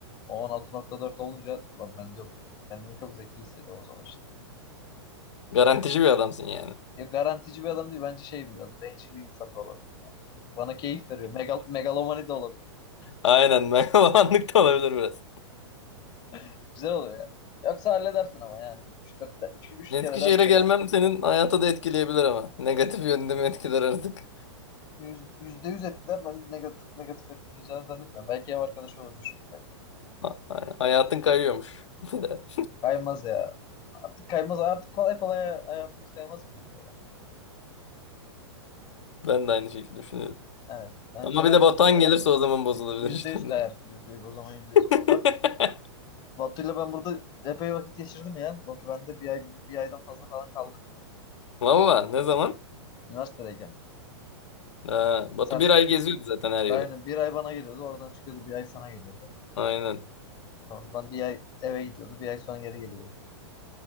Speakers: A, on the left; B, on the left.
A: O on altı nokta dört olunca "Ulan ben diyorum kendimi çok zeki hissediyorum o zaman işte.
B: Garantici bir adamsın yani.
A: Ya garantici bir adam değil. Bence şey biraz bencil bir insan da olabilir. Yani. Bana keyif veriyor. Megal megalomani de olabilir.
B: Aynen <laughs> megalomanlık da olabilir biraz.
A: <laughs> Güzel oluyor yani. Yoksa halledersin ama yani. üç üç, üç
B: Eskişehir'e
A: kere 4 kere
B: gelmem senin hayata da etkileyebilir ama. Negatif yönde mi etkiler artık?
A: yüz- yüzde yüz etkiler ben negatif, çok negatif etkileyeceğini zannetmiyorum. Belki ev arkadaşı olur üç köpek.
B: Ha- ha- Hayatın kayıyormuş. <laughs> Bir de.
A: Kaymaz ya. Artık kaymaz. Artık kolay kolay hayatımız kaymaz gibi geliyor
B: Ben de aynı şekilde düşünüyorum.
A: bana. Evet. Önceden
B: Ama bir de Batuhan gelirse o zaman bozulabilir
A: yüzde
B: işte.
A: yüz kayar. Yüzde yüz o zaman yüzde yüz.
B: <laughs>
A: Ben Batu'yla ben burada epey vakit geçirdim ya. Batu bende bir ay, bir aydan fazla falan kaldık.
B: Valla ne zaman?
A: Üniversitedeyken.
B: Ha, Batu
A: Sen
B: bir
A: de
B: ay geziyordu zaten her yeri.
A: aynen bir ay bana geliyordu. Oradan çıkıyordu bir ay sana geliyordu.
B: Aynen.
A: Sonra Ben bir ay eve gidiyordu. Bir ay sonra geri geliyordu.